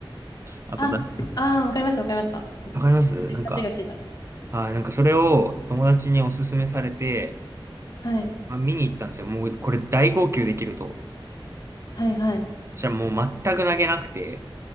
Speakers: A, on the right; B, on the left.
A: あとだ、
B: あ、ああー、わかりましたわかりました。
A: わかりますなんか、
B: 全然勘違いしてた。
A: あ、なんかそれを友達におすすめされて、
B: はい、
A: まあ、見に行ったんですよ。もうこれ大号泣できると。
B: はいはい。
A: じゃあもう全く泣けなくて、